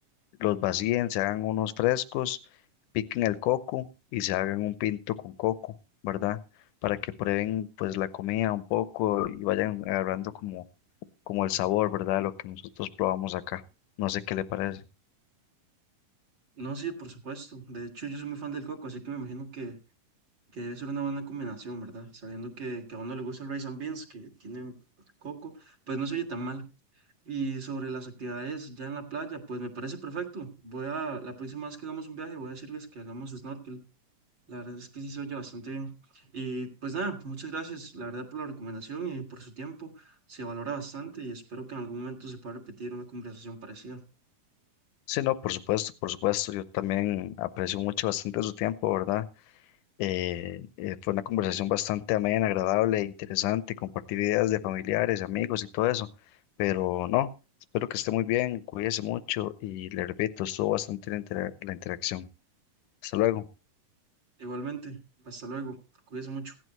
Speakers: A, on the left (about 75°); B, on the right (about 40°).
A: los vacíen, se hagan unos frescos, piquen el coco y se hagan un pinto con coco, ¿verdad? Para que prueben pues la comida un poco y vayan agarrando como, como el sabor, ¿verdad? Lo que nosotros probamos acá. No sé qué le parece.
B: No, sí, por supuesto. De hecho, yo soy muy fan del coco, así que me imagino que que debe ser una buena combinación, ¿verdad? Sabiendo que, que a uno le gusta el rice and beans, que tiene coco, pues no se oye tan mal. Y sobre las actividades ya en la playa, pues me parece perfecto. Voy a, la próxima vez que hagamos un viaje, voy a decirles que hagamos snorkel. La verdad es que sí se oye bastante bien. Y pues nada, muchas gracias, la verdad, por la recomendación y por su tiempo. Se valora bastante y espero que en algún momento se pueda repetir una conversación parecida.
A: Sí, no, por supuesto, por supuesto, yo también aprecio mucho bastante su tiempo, ¿verdad? Eh, eh, fue una conversación bastante amena, agradable, interesante, compartir ideas de familiares, amigos y todo eso. Pero no, espero que esté muy bien, cuídese mucho y le repito, estuvo bastante la intera- la interacción. Hasta luego.
B: Igualmente, hasta luego. Cuídense mucho.